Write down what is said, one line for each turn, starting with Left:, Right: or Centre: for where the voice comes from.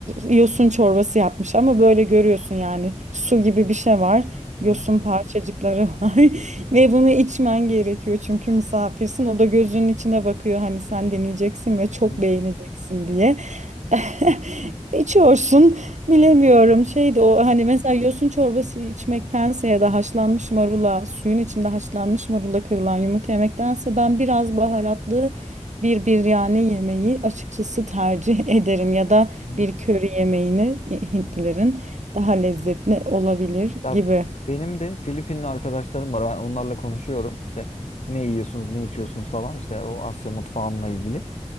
Right: e, yosun çorbası yapmış ama böyle görüyorsun yani su gibi bir şey var.
Left: Hı
Right: Yosun
Left: hı.
Right: parçacıkları var <laughs> ve bunu içmen gerekiyor çünkü misafirsin. O da gözünün içine bakıyor hani sen deneyeceksin ve çok
Left: Hı hı.
Right: beğeneceksin diye. <laughs> İçiyorsun bilemiyorum şeydi o hani mesela yosun çorbası içmektense ya da haşlanmış marula suyun içinde haşlanmış marula kırılan yumurta yemektense ben biraz baharatlı bir biryani yemeği açıkçası tercih <laughs> ederim ya da
Left: Hı hı.
Right: bir köri yemeğini e, Hintlilerin daha lezzetli olabilir
Left: Ya
Right: gibi.
Left: benim de Filipinli arkadaşlarım var. Ben onlarla konuşuyorum. İşte ne yiyorsunuz, ne içiyorsunuz falan. İşte o Asya mutfağınla ilgili.